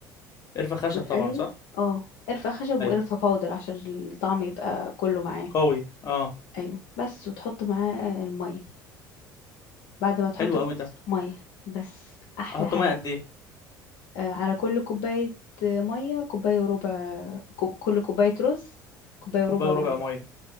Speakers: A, on the left; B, on the left.
A: قرفه خشب
B: وتقلب
A: طبعا صح
B: اه قرفة خشب
A: ايوه
B: وقرفة باودر عشان الطعم يبقى كله معاه
A: قوي اه
B: ايوه بس وتحط معاه المية بعد ما تحط
A: حلو
B: الرز
A: قوي ده
B: مية بس احلى
A: احط
B: حاجة
A: ميه قد ايه
B: آه، على كل كوباية آه، مية كوباية وربع كو- كل كوباية رز كوباية
A: كوبايه
B: وربع
A: وربع
B: مية
A: ميه